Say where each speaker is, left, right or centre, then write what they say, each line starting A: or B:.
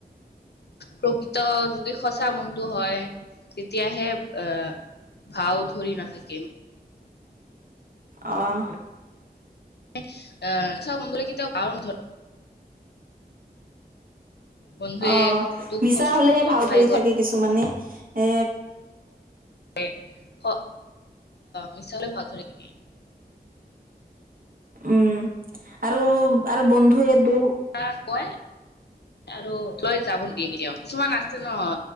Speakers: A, on the left; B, on the right.
A: প্ৰকৃত যোনটো যদি সঁচা বন্ধু হয়, তেতিয়াহে এ ভাঁও ধৰি নাথাকিম।
B: অঁহ
A: ই চাঁও মন গ'লে কেতিয়াও পাৰন ধ বন্ধুৱে
B: অঁ অঁ,
A: দুখ
B: মিছা
A: কষ্টৰ
B: হ'লেহে
A: সময়ত
B: ভাওঁ
A: সহায়
B: ধৰি
A: কৰে।
B: থাকে কিছুমানে এ
A: এই হ মিছা হ'লে ভাও ধৰে নিকি?
B: উম আৰু আৰু বন্ধু এ দু
A: আ কয় আৰু লৈ যাব দিয়ে কেতিয়াও কিছুমান আছে ন